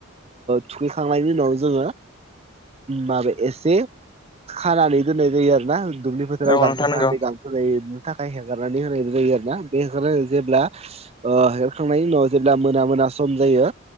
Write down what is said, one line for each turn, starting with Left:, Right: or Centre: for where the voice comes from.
Right: थुखैखांनायनि उनाव जोङो माबाया एसे खानानै दोननाय जायो आरो ना दुब्लि फोथाराव
Left: औ
Right: गांसो
Left: नोंथां नंगौ
Right: जाहाथे गांसो जायो थाखाय हगारनानै होनायबो जायो आरो ना बे हगार जेब्ला हरखांनायनि उनाव जेब्ला मोना मोना सम जायो